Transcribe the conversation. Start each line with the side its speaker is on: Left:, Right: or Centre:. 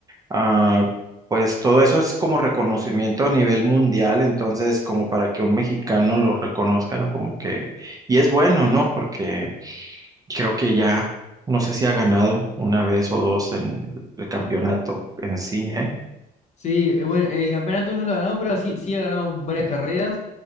Right: Ah, pues todo eso es como reconocimiento a nivel mundial, entonces como para que un mexicano lo reconozca, ¿no? Como que, y es bueno, ¿no? Porque creo que ya, no sé si ha ganado una vez o dos en el campeonato en sí, ¿eh?
Left: Sí, eh, bueno, el campeonato no lo ha ganado, pero sí, sí ha ganado varias carreras